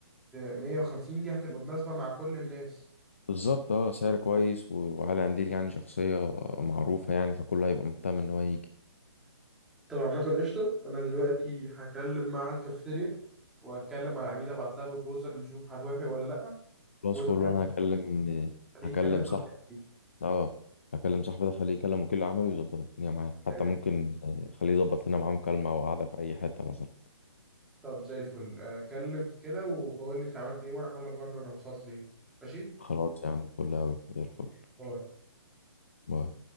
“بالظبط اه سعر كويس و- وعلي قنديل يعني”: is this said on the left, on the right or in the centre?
Left